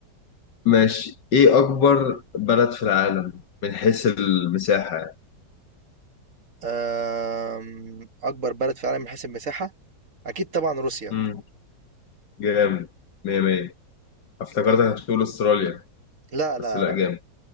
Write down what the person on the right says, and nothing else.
أه... اكبر بلد في العالم من حيث المساحه اكيد طبعا روسيا
طب
لا لا
لا